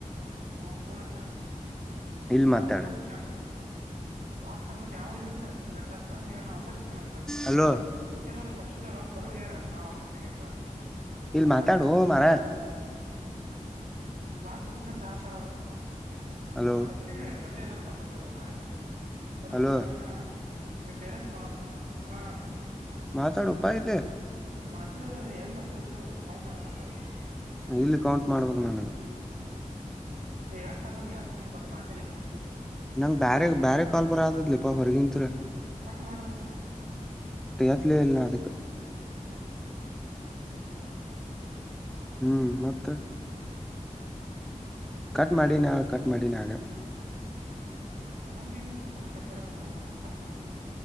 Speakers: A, on the right (about 85°); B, in the centre.
A: ಹಾ ಪೋನ್ ಅಚ್ಚಾನ್
B: ಇಲ್
A: ನಾ್
B: ಮಾತಾಡ
A: ಒಬ್ಬ <inaudible> ಕ್ಲಾಸ್ ಮತ್ತ ಯಾವ ಮತ್ತ ಎಂಟತ್ ಮಂದಿ ನಾ ಒಬ್ಬಸ್ ಸಿಕ್ಕೆನಿ ನಮಗ್ಯದ
B: ಅಲೋ
A: ತಪ್ಪಸಿದಾರ ಬರು ಯಾರ ನಾ ವಾಪಸ್ ಹೋಗೇನಿ ಕ್ಲಾಸಿ
B: ಇಲ್
A: ಅವ್ರ
B: ಮಾತಾಡು
A: ಇದನ
B: ಮರ
A: ಮಾಡದು ಕ್ಲಾಸ್ ಸ್ ತಪ್ಸೆನ ರ ಹ
B: ಅಲೋ
A: ಅಲ್ಲೇ ಅದಾನ ಕಾಲೇಜ್ಾಗ ನನ್ ಹೊರೋಗಿದಲ್ ಹೊರೋಗಲ್ರ
B: ಅಲೋ
A: ನಾನ ನಿಮ್ಮ ಪೆರಸ್ಫನ ಪೋನ್ ಚನ್ನ ಹ
B: ಮಾತಾಡಪಾಯ ಇಲ್ಲ
A: ಎಲ್ಲಿ ಮಾತ್ರಿದ್ರೆ ಎಲ್ಲಿ ಮಾತ್ರಿದ್ರು ಕೌಂಟ್ ಆಗತ್ತ
B: ಇಲ್ಲಿ ಕೌಂಟ್ ಮಾಡ್ಬೇಕು ನನ್ದು.
A: ಹೇ ಹಾರ ಟಕೊಂಡ ಮಾಚಾರ ಎನು
B: ನಂಗ್ ಬೇರೆ ಬೇರೆ ಕಾಲ್ ಬರದ್ಲಿಪಾ ಹೊರಗಿಂತ್ತ್ರ.
A: ಕಟ್ ಮಾಡ ಅದನು
B: ಎತ್ಲೇ ಇಲ್ಲ ಅದಕ್
A: ಹ
B: ಹ್ಮ್ ಮತ್ತ ಕಟ್ ಮಾಡಿ ನ ಕಟ್ ಮಾಡಿನಾಗ
A: ಹ ನಿನ್ನ ನಾಕ ಸರ ಒಂದಾವ ನಾ ಕಾತ್ ಮಾಡಣನೆ